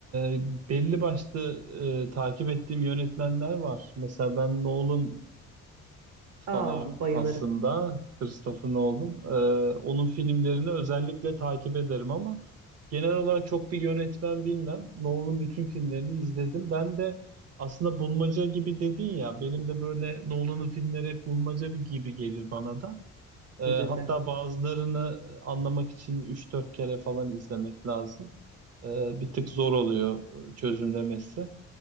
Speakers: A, on the right; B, on the right.
A: e, belli başlı e, takip ettiğim yönetmenler var. Mesela ben Nolan
B: Aa
A: fanıyım
B: bayılırım
A: aslında Christopher Nolan. Ee, onun filmlerini özellikle takip ederim ama genel olarak çok bir yönetmen bilmem. Nolan'ın bütün filmlerini izledim. Ben de aslında bulmaca gibi dedin ya benim de böyle Nolan'ın filmleri hep bulmaca bir- gibi gelir bana da. Ee, hatta
B: bence de.
A: bazılarını anlamak için üç dört kere falan izlemek lazım. Ee, bir tık zor oluyor e, çözümlemesi.